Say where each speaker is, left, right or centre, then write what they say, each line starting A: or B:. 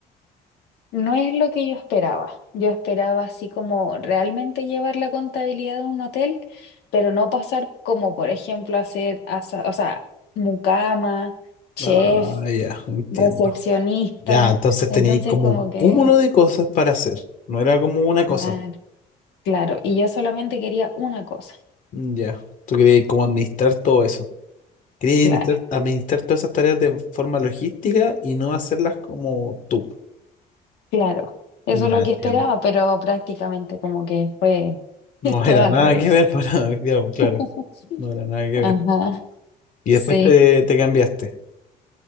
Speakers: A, on the left (about 75°); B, on the left (about 50°).
A: No es lo que yo esperaba. Yo esperaba así como realmente llevar la contabilidad de un hotel, pero no pasar como, por ejemplo, hacer, asa- o sea, mucama, chef.
B: Ah, ya, entiendo.
A: recepcionista,
B: Ya, entonces teníais
A: entonces
B: como
A: como
B: un
A: que,
B: cúmulo de cosas para hacer. No era como una cosa.
A: man, claro, y yo solamente quería una cosa,
B: mm, Ya. Tú querías como administrar todo eso. Querías
A: claro,
B: administrar, administrar todas esas tareas de forma logística y no hacerlas como tú.
A: claro, eso
B: Ya,
A: es lo
B: entiendo.
A: que esperaba, pero prácticamente como que fue
B: No
A: <laughs> todo
B: era
A: al
B: nada
A: revés.
B: que ver <laughs> para, ya, pues, claro,
A: <laughs>
B: no era nada que
A: Ajá,
B: ver. Y
A: sí,
B: después te, te cambiaste.